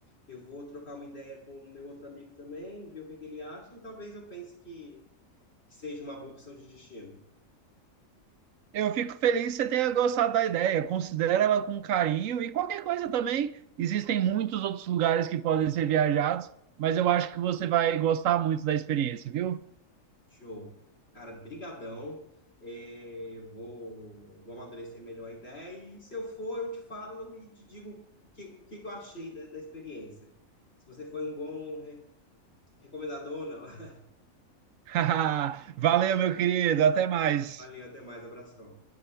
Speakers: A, on the left (about 50°); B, on the right (about 75°).
A: Eu vou trocar uma ideia com o meu outro amigo também, ver o que que ele acha, e talvez eu pense que, que seja uma boa opção de destino.
B: Eu fico feliz que você tenha gostado da ideia. Considera ela com carinho e qualquer coisa também. Existem muitos outros lugares que podem ser viajados, mas eu acho que você vai gostar muito da experiência, viu?
A: Show. Cara, brigadão. É, vou, vou amadurecer melhor a ideia e se eu for, eu te falo e te digo o que, o que que eu achei da, da experiência. Se você foi um bom re- recomendador ou não. <laughs>
B: <laughs> Valeu, meu querido. Até mais.
A: Valeu, até mais, abração.